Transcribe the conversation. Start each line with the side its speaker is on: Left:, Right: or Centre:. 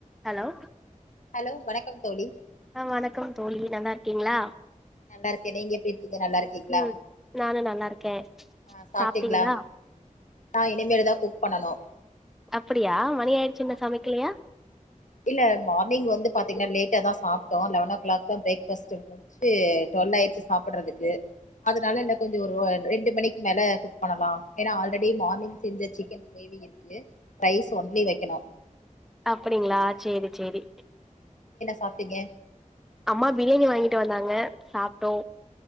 Centre: Hello
Left: hello வணக்கம் தோழி
Centre: ஆ வணக்கம் தோழி நல்லா இருக்கீங்களா
Left: நல்லா இருக்கே நீங்க எப்டி இருக்கீங்க நல்லா இருக்கீங்களா
Centre: ம் நானு நல்லா இருக்கே
Left: அ சாப்டீங்களா
Centre: சாப்ட்டீங்களா
Left: நா இனிமேல் தா குக் பண்ணனு
Centre: அப்படியா மணி ஆயிடுச்சு இன்னு
Left: ஆமா
Centre: சமைக்கலயா
Left: இல்ல மார்னிங் வந்து பாத்தீங்கனா லேட்டா தா சாப்ட்டோ லெவன் ஓ க்ளாக் தா பிரேக்பஸ்ட்டு முடிச்சுட்டு டுவெல் ஆயிடுச்சு சாப்டறதுக்கு அதனால இன்னு கொஞ்சோ ஒரு ரெண்டு மணிக்கு மேல குக் பண்ணலா ஏனா ஆல்ரெடி மார்னிங் செஞ்ச சிக்கன் கிரேவி இருக்கு ரைஸ் ஒன்லி வைக்கணு
Centre: அ அப்டீங்களா செரி செரி
Left: சாப்டிங்க
Centre: அம்மா பிரியாணி வாங்கிட்டு வந்தாங்க சாப்ட்டோ